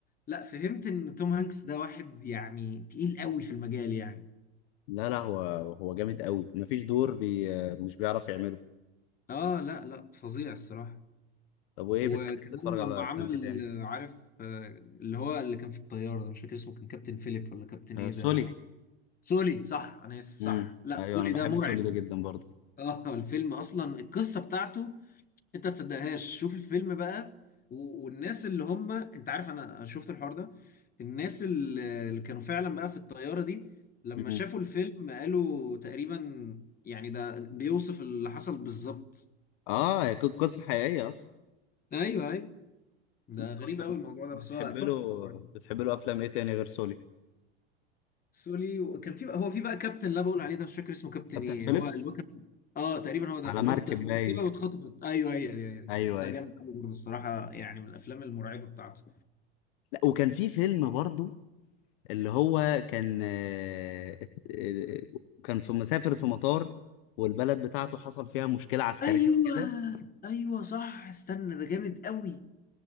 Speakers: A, on the left; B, on the left.
A: لا فهمت ان توم هانكس ده واحد يعني تقيل قوي في المجال يعني
B: لا لا هو هو جامد قوي مفيش دور بي آه، مش بيعرف يعمله
A: اه لا لا فظيع الصراحه
B: طب وايه
A: وكمان
B: بتحب تتفرج
A: لما
B: على
A: عمل
B: افلام ايه تاني
A: آه، عارف آه، اللي هو اللي كان في الطياره ده مش فاكر اسمه كان كابتن فيليب ولا كابتن
B: آه
A: ايه
B: سولي
A: ده سولي صح انا اسف
B: امم
A: صح لا
B: ايوه
A: سولي
B: انا بحب
A: ده مرعب
B: سولي ده جدا برضه
A: اه الفيلم اصلا القصه بتاعته انت ما تصدقهاش شوف الفيلم بقى و- والناس اللي هم انت عارف انا شفت الحوار ده الناس اللي اللي كانوا فعلا بقى في الطياره دي لما
B: امم
A: شافوا الفيلم قالوا تقريبا يعني ده بيوصف اللي حصل بالظبط
B: اه هي ق- قصه حقيقيه اصلا
A: ايوه ايوه ده
B: انت
A: غريب قوي
B: أنت
A: الموضوع ده
B: بتحب
A: بس هو
B: له
A: تحفه طبعا
B: بتحب له افلام ايه تاني غير سولي
A: سولي وكان في بقى هو في بقى كابتن اللي انا بقول عليه ده مش فاكر اسمه كابتن
B: كابتن
A: ايه
B: فيليبس
A: هو اللي هو كان اه تقريبا هو ده
B: على
A: اللي
B: مركب
A: هو في في
B: باين
A: مركبه واتخطفت ايوه هي دي هي دي
B: ايوه
A: ده
B: ايوه
A: جامد قوي برضه الصراحه يعني من الافلام المرعبه بتاعته
B: لا وكان في فيلم برضه اللي هو كان آه، آه، كان في مسافر في مطار والبلد بتاعته حصل فيها مشكله عسكريه
A: ايوه
B: كده
A: ايوه صح استنى ده جامد قوي